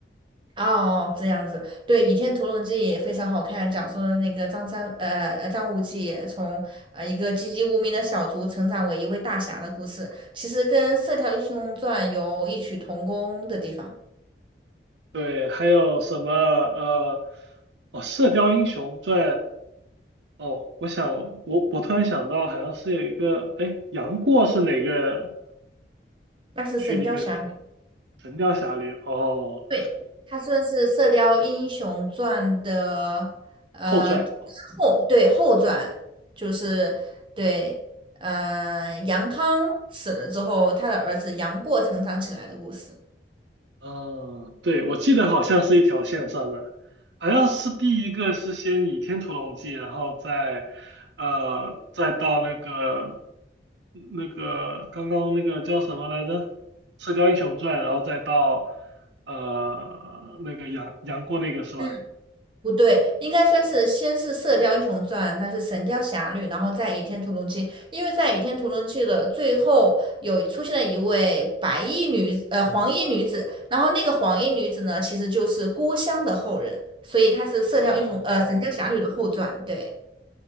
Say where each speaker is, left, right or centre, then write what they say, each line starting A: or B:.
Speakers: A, on the right; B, on the right.
A: 哦，这样子，对，《倚天屠龙记》也非常好看，讲述了那个张三，呃，呃张无忌从呃一个籍籍无名的小卒成长为一位大侠的故事，其实跟《射雕英雄传》有异曲同工的地方，
B: 对，还有什么呃，哦，《射雕英雄传》，哦，我想我我突然想到，好像是有一个，哎，杨过是哪个
A: 那是《神雕侠侣》，
B: 剧里面的？《神雕侠侣》哦，
A: 对，它算是《射雕英雄传》的呃
B: 后传。
A: 后，对，后传，就是对，呃，杨康死了之后，他的儿子杨过成长起来的故事。
B: 嗯，对，我记得好像是一条线上的，好像是第一个是先倚天屠龙记，然后再，呃，再到那个，那个刚刚那个叫什么来着，《射雕英雄传》，然后再到，呃，那个杨杨过那个是吧？
A: 嗯。不对，应该算是先是《射雕英雄传》，它是《神雕侠侣》，然后再《倚天屠龙记》。因为在《倚天屠龙记》的最后有出现了一位白衣女子，呃，黄衣女子。然后那个黄衣女子呢，其实就是郭襄的后人，所以她是《射雕英雄》呃《神雕侠侣》的后传。
B: 哦，
A: 对，